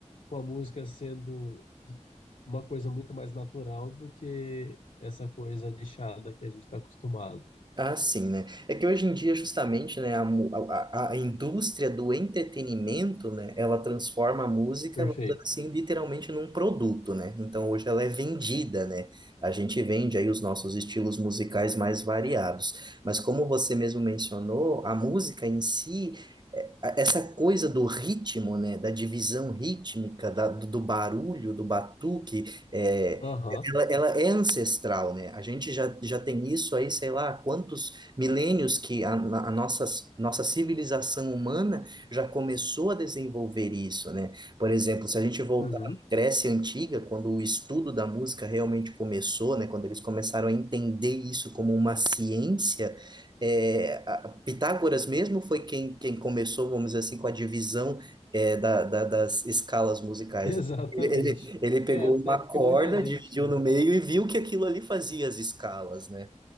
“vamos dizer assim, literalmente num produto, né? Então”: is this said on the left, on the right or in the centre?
Right